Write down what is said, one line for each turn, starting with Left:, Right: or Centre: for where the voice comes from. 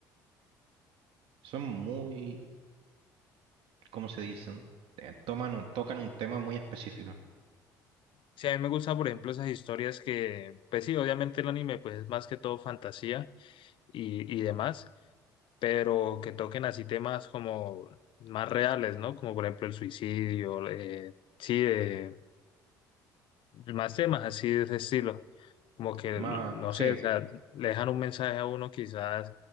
Right: son muy, ¿cómo se dicen? Eh, toman un- tocan un tema muy específico.
Left: Sí, a mí me gusta, por ejemplo, esas historias que, pues sí, obviamente el anime pues es más que todo fantasía y, y demás, pero que toquen así temas como más reales, ¿no? Como por ejemplo el suicidio, eh, sí, de, más temas así de ese estilo, como que,
Right: Más,
Left: no
Right: sí,
Left: sé, o sea, le dejan un mensaje a uno quizás,